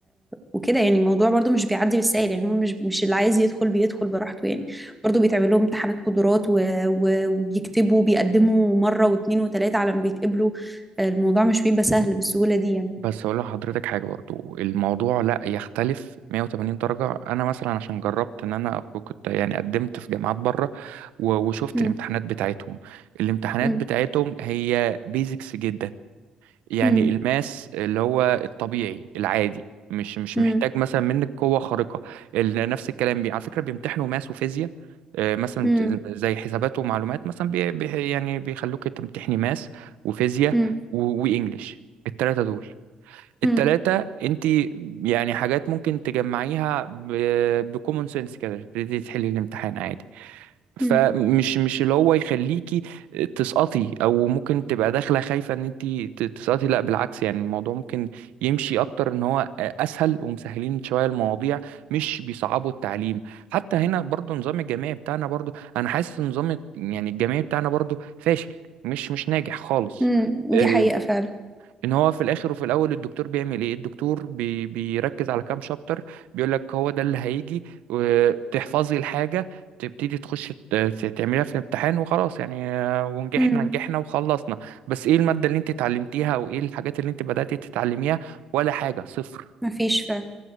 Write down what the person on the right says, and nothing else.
بس اقول لحضرتك حاجه برضو الموضوع لا يختلف 180 درجه انا مثلا عشان جربت ان انا أكون- كنت يعني قدمت في جامعات بره و- وشفت
الامتحانات بتاعتهم الامتحانات
بتاعتهم هي بيزكس جدا يعني
الماس اللي هو الطبيعي العادي مش مش
محتاج مثلا منك قوة خارقة ال- نفس الكلام بي على فكرة بيمتحنوا ماس وفيزياء آه، مثلا
بت- زي حسابات ومعلومات مثلا بي بي يعني بيخلوك تمتحني ماس وفيزياء
و- وإنجليش التلاتة دول التلاتة
انت يعني حاجات ممكن تجمعيها بكومون سنس كده تبتدي تحلي الامتحان عادي فمش
مش اللي هو يخليكي تسقطي او ممكن تبقى داخله خايفه ان انت تسقطي لا بالعكس يعني الموضوع ممكن يمشي اكتر ان هو اسهل ومسهلين شويه المواضيع مش بيصعبوا التعليم حتى هنا برضو نظام الجامعي بتاعنا برضو انا حاسس ان نظام يعني الجامعي بتاعنا برضو فاشل مش مش ناجح خالص
آه،
ان هو في الاخر وفي الاول الدكتور بيعمل ايه الدكتور بي بيركز على كام شابتر بيقول لك هو ده اللي هيجي وتحفظي الحاجه تبتدي تخش ت- ت- تعمليها في الامتحان وخلاص يعني آه، ونجحنا
نجحنا وخلصنا بس ايه الماده اللي انت اتعلمتيها او ايه الحاجات اللي انت بدأتي تتعلميها ولا حاجه صفر